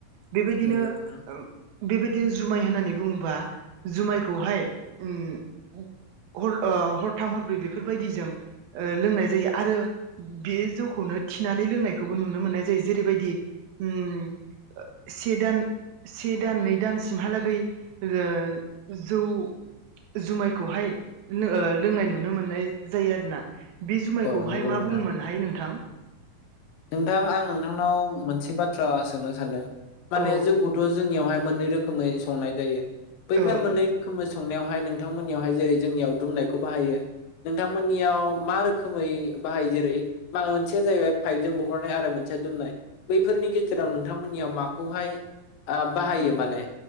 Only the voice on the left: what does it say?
नंगौ नोंथां
औ नंगौ
नोंथां
नोंथां आं नोंथांनाव मोनसेबाद थ्रा सोंनो सानदों। माने
जौखौथ' जोंनियावहाय मोननै रोखोमै संनाय जायो बैफा
मोननै रोखोमै स संनायावहाय नोंथांमोननियावहाय जेरै जोंनियाव दुमनायखौ बाहायो नोंथांमोननियाव मा रोखोमै बाहायो? जेरै माबा मोनसेया जाहैबाय पाइपजों बहरनाय आरो मोनसे दुमनाय बैफोरनि गेजेराव नोंथांमोननियाव माखौहाय आ- बाहायो माने?